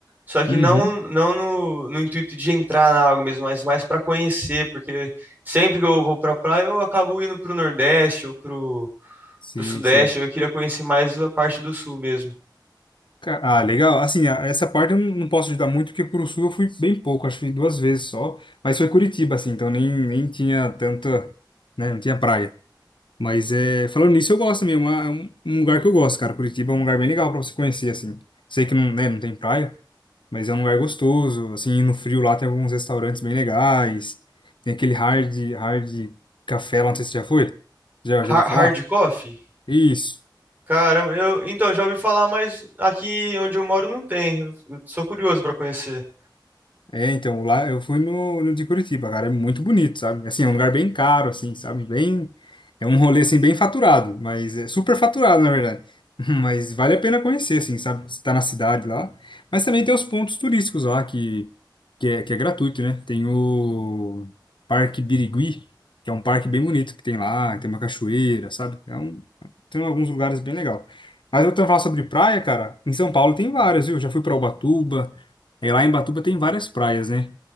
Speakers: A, on the right; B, on the left.
A: só que
B: Uhum.
A: não, não no, no intuito de entrar na água mesmo, mas mais para conhecer, porque sempre que eu vou pra praia, eu acabo indo pro Nordeste ou pro,
B: Sei,
A: pro Sudeste,
B: sei.
A: eu queria conhecer mais a parte do sul mesmo.
B: Ca- Ah, legal. Assim, a- essa parte eu não não posso ajudar muito, porque pro sul eu fui bem pouco, acho que fui duas vezes só. Mas foi Curitiba, assim, então nem, nem tinha tanta, né, não tinha praia. Mas é, falando nisso, eu gosto mesmo, é é um, um lugar que eu gosto, cara. Curitiba é um lugar bem legal pra você conhecer, assim. Sei que não, né, não tem praia, mas é um lugar gostoso, assim, e no frio lá tem alguns restaurantes bem legais. Tem aquele hard, hard café lá, não sei se você já foi. Já, já
A: Ha-
B: ouviu
A: Hard
B: falar?
A: coffee?
B: Isso.
A: Caramba, eu, então, já ouvi falar, mas aqui onde eu moro não tem. Eu, eu sou curioso pra conhecer.
B: É, então, lá eu fui no, no de Curitiba, cara, é muito bonito, sabe? Assim, é um lugar bem caro, assim, sabe? Bem, é um rolê, assim, bem faturado, mas é super faturado, na verdade. <laughs> Mas vale a pena conhecer, assim, sabe? Você tá na cidade lá. Mas também tem os pontos turísticos lá, que, que é, que é gratuito, né? Tem o Parque Birigui, que é um parque bem bonito que tem lá, tem uma cachoeira, sabe? É um, tem alguns lugares bem legal. Mas eu tô falando sobre praia, cara, em São Paulo tem várias, viu? Já fui pra Ubatuba, é, lá em Batuba tem várias praias, né?